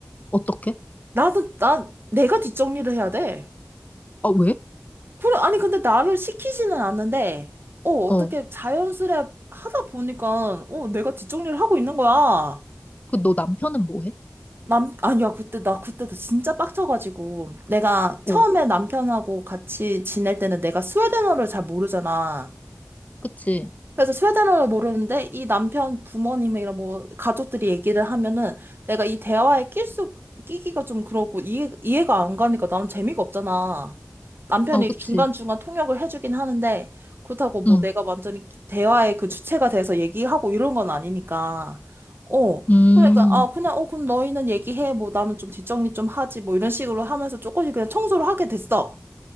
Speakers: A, on the left; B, on the right.
A: 어떻게?
B: 나는, 난 내가 뒷정리를 해야 돼.
A: 아, 왜?
B: 그래, 아니, 근데 나를 시키지는 않는데 어, 어떻게
A: 어,
B: 자연스레 하다 보니까 어, 내가 뒷정리를 하고 있는 거야.
A: 그, 너 남편은 뭐 해?
B: 남, 아니야, 그때, 나 그때도 진짜 빡쳐가지고. 내가 처음에
A: 어,
B: 남편하고 같이 지낼 때는 내가 스웨덴어를 잘 모르잖아.
A: 그치?
B: 그래서 스웨덴어를 모르는데 이 남편 부모님이랑 뭐 가족들이 얘기를 하면은 내가 이 대화에 낄 수, 끼기가 좀 그렇고 이해, 이해가 안 가니까 나는 재미가 없잖아. 남편이
A: 어, 그치?
B: 중간중간 통역을 해주긴 하는데 그렇다고 뭐
A: 응,
B: 내가 완전히 대화의 그 주체가 돼서 얘기하고 이런 건 아니니까. 어.
A: 음,
B: 그러니까 아 그냥 어 그럼 너희는 얘기해 뭐 나는 좀 뒷정리 좀 하지 뭐 이런 식으로 하면서 조금씩 그냥 청소를 하게 됐어.